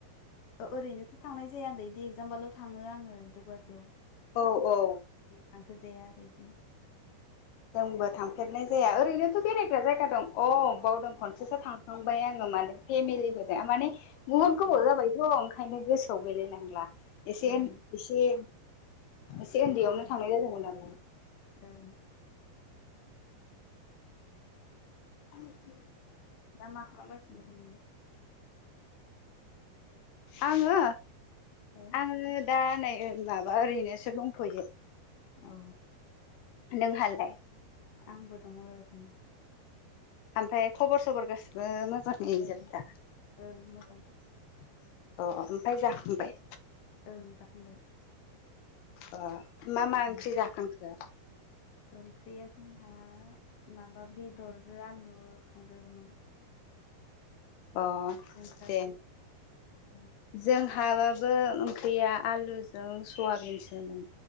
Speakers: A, on the left (about 45°); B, on the left (about 75°).
A: ओ ओरैनोथ थांनाय जाया ओनदो इदि एगजाम्बालाव थाङो आङो गुवाहाटियाव।
B: औ औ
A: लांफेरजाया आरो इदि।
B: जोंबो थांफेरनाय जाया ओरैनोथ बेरायग्रा जायगा दं अ बावदों खनसेसो थांफां बाय आङो मने फेमिलि फोरजों माने बुहुत गोबाव
A: औ
B: जाबायथ ओंखायनो गोसोआव गैलायलांला एसे
A: ओं
B: एसे एसे ओन्दैयावनो
A: ओं
B: थांनाय जादोंमोन आं।
A: ओं
B: <inaudible>
A: दा खालामगासिनो दं?
B: आङो
A: हो
B: आङो दा नै माबा ओरैनोसो दंथयो।
A: औ
B: नोंहाालाय?
A: आंबो दङ' ओरैनो।
B: ओमफ्राय खबर सबर गासिबो मो <unintelligible>
A: ओं ओं मोजांथ'
B: अ ओमफाय जाखांबाय?
A: ओं जाखांबाय
B: अ मा मा
A: उम।
B: ओंख्रि जाखांखो?
A: ओंख्रिया जोंहा माबा बेदरजों आलु संदोंमोन।
B: अ
A: नोंस्रालाय
B: दे
A: ओं
B: जों हाबो ओंख्रिया आलुजों सयाबिनसोमोन।